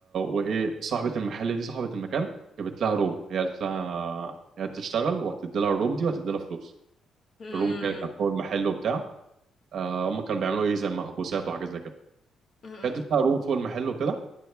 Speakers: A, on the right (about 65°); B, on the left (about 50°).
A: وإيه صاحبة المحل دي صاحبة المكان جابت لها روم هي قالت لها هي هتشتغل وهتدي لها الروم دي وهتدي لها فلوس
B: امم
A: الروم كده كانت فوق المحل وبتاع آه هم كانوا بيعملوا إيه زي مخبوزات وحاجات زي كده
B: أمم، أمم،
A: فادت لها روم فوق المحل وكده